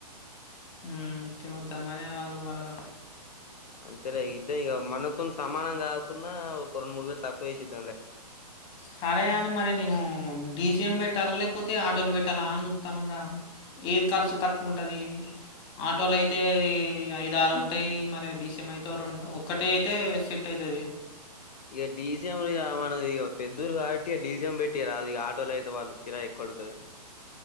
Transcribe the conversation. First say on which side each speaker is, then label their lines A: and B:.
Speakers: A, on the left; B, on the left.
A: హ్మ్మ్ తినొద్దామరీ వాళ్ళు వాళ్ళ
B: అంతేలే ఇద్దం ఇక మనతో సమానంగా కాకుండా ఒక రెండు మూడు వేలు తక్కువ చేసిద్దాంలే
A: సరే అని మరి నేను డీసీఎం పెట్టాలా లేకపోతే ఆటోలు పెట్టాలా అని సుత్తనం రా ఏది ఖర్చు తక్కువ ఉంటది అ ఆటోలు అయితే ఈ ఐద ఆరు ఉంటాయి మరి డిసీఎం అయితే రెండు ఒక్కటి అయితే సెట్ అయి ది
B: ఇక డిసీఎం మనది పెద్దరు కాబట్టి డిసీఎం పెట్టియ రాదు ఆటోలు అయితే వాళ్ళు కిరాయి ఎక్కువ అడుగుతది కానీ